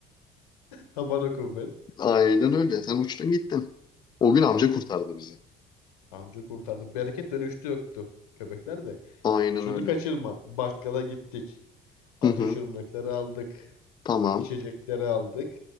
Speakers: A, on the left (about 80°); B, on the left (about 25°).
A: Tabana kuvvet.
B: Aynen öyle. Sen uçtun gittin. O gün amca kurtardı bizi.
A: Amca kurtardı. Bereket dönüştü yoktu. Köpekler de.
B: Aynen
A: Şunu
B: öyle.
A: kaçırma. Bakkala gittik. Atış
B: Hı hı.
A: Atıştırmalıkları aldık.
B: Tamam.
A: İçecekleri aldık.